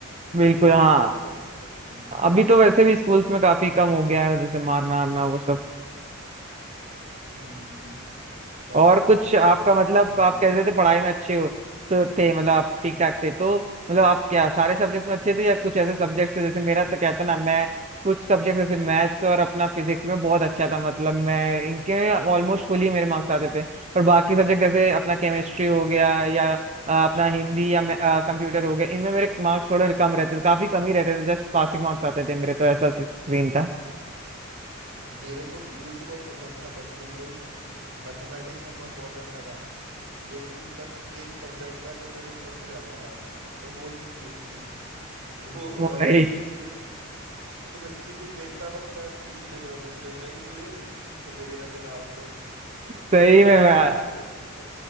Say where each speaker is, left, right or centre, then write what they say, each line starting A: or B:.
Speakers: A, on the right; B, on the right.
A: बिल्कुल
B: तो
A: हाँ
B: ऐसा करना चाहिए हम्म
A: अभी तो वैसे भी स्कूल्स में काफी कम हो गया है जैसे मारना आरना वो सब
B: हम्म बात
A: और
B: तो सही
A: कुछ
B: है अब
A: आपका
B: तो
A: मतलब
B: नहीं।
A: आप कह रहे थे पढ़ाई में अच्छे हो तो थे मतलब आप ठीक ठाक थे तो मतलब आप क्या सारे सब्जेक्ट्स में अच्छे थे या कुछ ऐसे सब्जेक्ट्स थे जैसे मेरा तो कहता ना मैं कुछ सब्जेक्ट जैसे मैथ्स और अपना फिजिक्स में बहुत अच्छा था मतलब मैं इनके ऑलमोस्ट फुली मेरे मार्क्स आते थे पर बाकी सब्जेक्ट जैसे अपना केमिस्ट्री हो गया या अ, अपना हिंदी या कंप्यूटर हो गया इनमें मेरे मार्क्स थोड़े कम रहते थे काफी कम ही रहते थे जस्ट पासिंग मार्क्स आते थे मेरे तो ऐसा सीन था
B: मेरे को कंप्यूटर बहुत पसंद था बचपन से ही मैथमेटिक्स में मैं बहुत अच्छा था लेकिन बस एक सब्जेक्ट था जो मेरे ऊपर से जाता था और वो थी केमिस्ट्री वो
A: वही
B: भाई मुझे केमिस्ट्री के देखता हूं ना तो मैं पीछे ले जाऊं मेरे से भाई मुझे नहीं इसको देखना किताब को
A: सही
B: पता
A: में
B: नहीं
A: मैं
B: क्या क्या